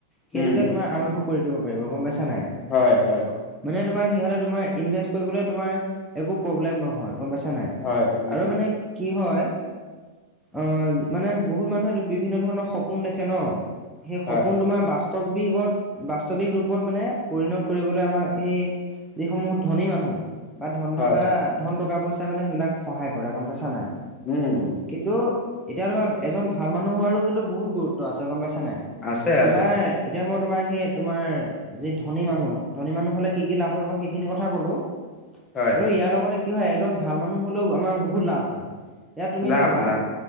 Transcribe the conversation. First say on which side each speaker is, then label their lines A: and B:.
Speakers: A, in the centre; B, on the left.
A: সেইটোকে
B: উম
A: তোমাৰ আৰম্ভ কৰি দিব পাৰিব। গম পাইছা নে নাই?
B: হয় হয়।
A: মানে তোমাৰ সিহঁতে তোমাৰ ইনভেষ্ট কৰিবলে তোমাৰ একো প্ৰব্লেম নহয়। গম পাইছা নাই?
B: হয় উম
A: আৰু মানে কি হয় অ মানে বহুত মানুহেটো বিভিন্ন ধৰণৰ সপোন দেখে ন, সেই সপোন
B: হয়
A: তোমাৰ বা স্তৱিগত বাস্তৱিক ৰূপত মানে পৰিণত কৰিবলৈ আমাক এই যিসমূহ ধনী মানুহ, বা ধন
B: হয়
A: থকা, ধন টকা পইচাই মানে সেইবিলাক সহায় কৰে, গম পাইছা নাই?
B: উম।
A: কিন্তু এতিয়া তোমাৰ এজন ভাল মানুহ হোৱাৰো কিন্তু বহুত গুৰুত্ব আছে, গম পাইছা নাই?
B: আছে
A: তোমাৰ,
B: আছে
A: এতিয়া মই তোমাৰ সেই তোমাৰ যি ধনী মানুহ, ধনী মানুহ হ'লে কি কি লাভ হয়, মই সেইখিনি কথা ক'লো।
B: হয়
A: আৰু ইয়াৰ লগতে কি হয়, এজন ভাল মানুহ হ'লেও আমাৰ বহুত লাভ হয়। এতিয়া তুমি
B: লাভ
A: চাবা,
B: লাভ